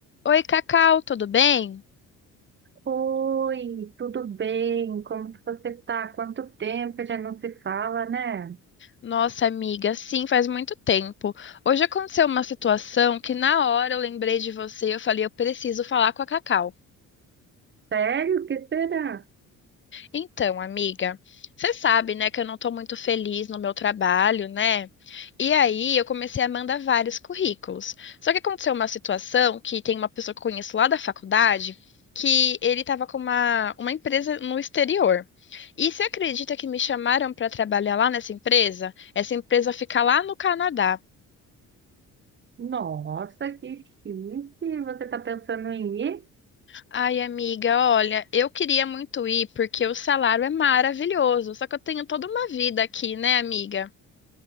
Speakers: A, on the left; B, on the right.
A: Oi, Cacau, tudo bem?
B: Oi, tudo bem? Como que você tá? Quanto tempo que já não se fala, né?
A: Nossa, amiga, sim, faz muito tempo. Hoje aconteceu uma situação que na hora eu lembrei de você e eu falei, eu preciso falar com a Cacau.
B: Sério? O que será?
A: Então, amiga, você sabe, né, que eu não tô muito feliz no meu trabalho, né? E aí eu comecei a mandar vários currículos. Só que aconteceu uma situação que tem uma pessoa que eu conheço lá da faculdade que ele estava com uma, uma empresa no exterior. E você acredita que me chamaram para trabalhar lá nessa empresa? Essa empresa fica lá no Canadá.
B: Nossa, que chique! Você tá pensando em ir?
A: Ai, amiga, olha, eu queria muito ir porque o salário é maravilhoso, só que eu tenho toda uma vida aqui, né, amiga?